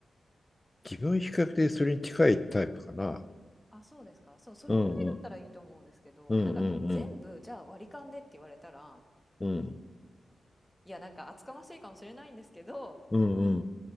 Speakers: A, on the left; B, in the centre.
A: 自分は比較的それに近いタイプかな。
B: あ、そうですか。そう、それぐらいだったらいいと思うんですけど、
A: うん、うん、うん、うん、
B: なんか全部じゃあ割り勘でって言われたら、
A: うん、
B: いや、なんか厚かましいかもしれないんですけど、
A: うん、うん。